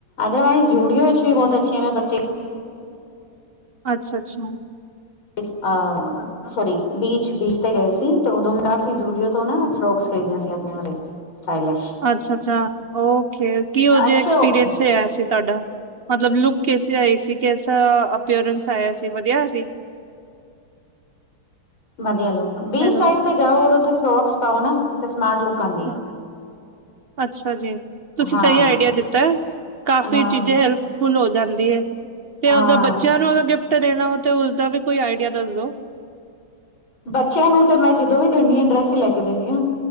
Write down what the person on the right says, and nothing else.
ਅੱਛ, ਅੱਛਾ।
ਅੱਛਾ, ਅੱਛਾ ਓ ਕੇ ਕਿਓ
ਜਿਆ ਐਕਸਪੀਰੀੰਸ
ਰਿਆ ਸੀ ਤੁਆਡਾ? ਮਤਲਬ ਲੁਕ ਕੈਸੀ ਆਈ ਸੀ? ਕੈਸਾ ਅਪੀਅਰੈਂਸ ਆਇਆ ਸੀ? ਵਧੀਆ ਆਇਆ ਸੀ?
ਹੈਲੋ।
ਹਾਂ, ਅੱਛਾ ਜੀ, ਤੁਸੀਂ
ਸਈ ਆਈਡੀਆ ਦਿੱਤਾ ਏ ਕਾਫੀ
ਚੀਜ਼ਾਂ ਹੈਲਪ ਫੁਲ ਹੋ ਜਾਂਦੀ ਐ ਤੇ
ਅਗਰ ਬੱਚਿਆਂ ਨੂੰ ਅਗਰ ਗਿਫਟ ਦੇਣਾ ਹੋ ਤੇ ਉਸਦਾ ਵੀ ਕੋਈ ਆਈਡੀਆ ਦੱਸਦੋ?